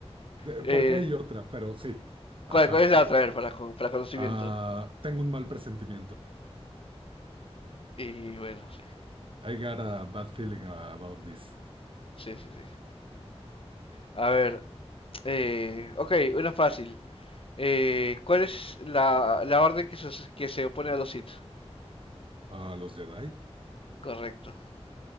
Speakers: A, on the right; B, on the left.
A: De-
B: Eh,
A: Porque hay otra, pero sí. Ajá.
B: ¿cuál, cuál es la otra? A ver, para, co- para conocimiento.
A: Ah, tengo un mal presentimiento.
B: Y bueno, sí.
A: I got a bad feeling about this.
B: Sí, sí, sí. A ver, eh, ok, una fácil. Eh, ¿cuál es la, la orden que se, que se opone a los Sith?
A: Ah, los Jedi.
B: Correcto.